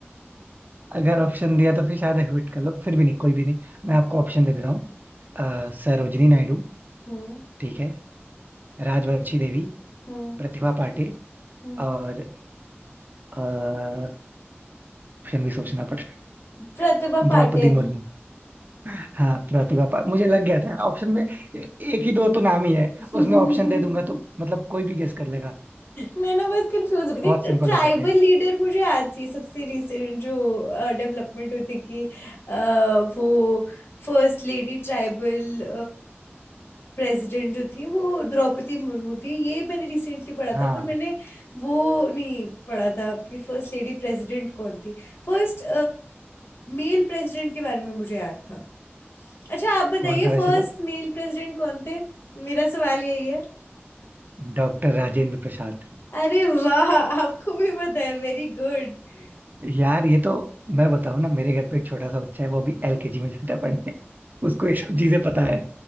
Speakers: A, on the right; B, on the left.
A: अगर ऑप्शन दिया तो फिर शायद एक्विट कर लो फिर भी नहीं कोई भी नहीं मैं आपको ऑप्शन दे देता हूँ अ, सरोजिनी नायडू
B: हम्म
A: ठीक है राजवंशी देवी
B: हम्म
A: प्रतिभा पाटिल
B: हम्म
A: और ऑप्शन भी सोचना पड़ेगा
B: प्रतिभा पाटिल
A: द्रौपदी मुर्मू हाँ प्रतिभा पा- मुझे लग गया था ऑप्शन में ए- एक ही दो तो नाम ही है
B: <laughs>
A: उसमें ऑप्शन दे दूंगा तो मतलब कोई भी गेस कर लेगा
B: मैं ना बस कंफ्यूज हो गई
A: बहुत
B: थी
A: सिंपल
B: ट्राइबल
A: हो गया था ये।
B: लीडर मुझे याद थी सबसे रिसेंट जो डेवलपमेंट हुई थी कि अ, वो फर्स्ट लेडी ट्राइबल प्रेसिडेंट जो थी वो द्रौपदी मुर्मू थी ये मैंने रिसेंटली पढ़ा
A: हाँ
B: था पर मैंने वो नहीं पढ़ा था कि फर्स्ट लेडी प्रेसिडेंट कौन थी फर्स्ट मेल प्रेसिडेंट के बारे में मुझे याद था अच्छा आप बताइए
A: कौन था वैसे
B: फर्स्ट
A: वो
B: मेल प्रेसिडेंट कौन थे मेरा सवाल यही है
A: डॉक्टर राजेंद्र प्रसाद
B: अरे वाह आपको भी पता है वेरी गुड
A: यार ये तो मैं बताऊं ना मेरे घर पे एक छोटा सा बच्चा है वो भी एलकेजी में जाता है पढ़ने उसको ये सब चीजें पता है